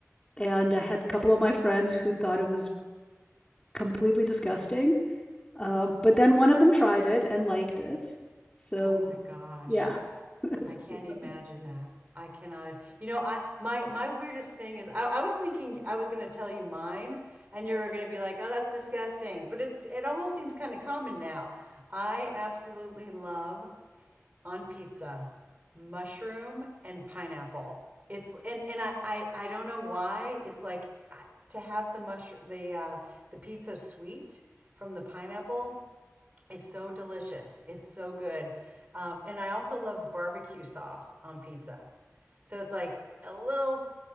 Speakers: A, on the left; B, on the right.
A: And I had a couple of my friends who thought it was completely disgusting. Uh, but then one of them tried it and liked it. So
B: oh my gosh,
A: yeah. <laughs> That's
B: I can't
A: pretty
B: imagine
A: funny.
B: that. I cannot, you know, I, my, my weirdest thing is I, I was thinking I was going to tell you mine and you were going to be like, oh, that's disgusting. But it's, it almost seems kind of common now. I absolutely love on pizza, mushroom and pineapple. It's and and I I, I don't know why it's like I- to have the mushroom the uh, the pizza sweet from the pineapple is so delicious. It's so good. Um, and I also love barbecue sauce on pizza. So it's like a little